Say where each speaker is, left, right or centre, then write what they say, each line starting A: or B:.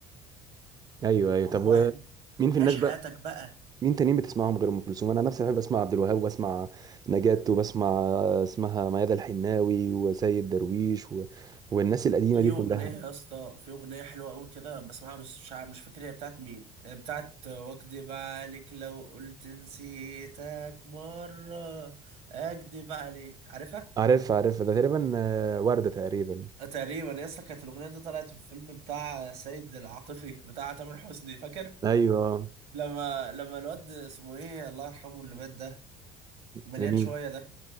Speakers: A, on the right; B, on the right.
A: ايوه ايوه
B: وروقان
A: طب و- مين في
B: عيش
A: الناس
B: حياتك
A: بقى
B: بقى
A: مين تانيين بتسمعهم غير ام كلثوم انا نفسي بحب اسمع عبد الوهاب واسمع نجاة وبسمع اسمها ميادة الحناوي وسيد درويش و... والناس القديمه
B: في
A: دي كلها
B: اغنيه يا اسطى في اغنيه حلوه قوي كده بسمعها بس مش عارف- مش فاكر هي بتاعت مين آه، بتاعت واكدب عليك لو قلت نسيتك مره اكدب عليك عارفها
A: عارف عارف ده تقريبا آه، وردة تقريبا
B: آه، تقريبا يا اسطى كانت الاغنيه دي طلعت في الفيلم بتاع سيد العاطفي بتاع تامر حسني فاكر
A: ايوه آه.
B: لما لما الواد اسمه ايه الله يرحمه اللي مات ده مليان
A: مين
B: شويه ده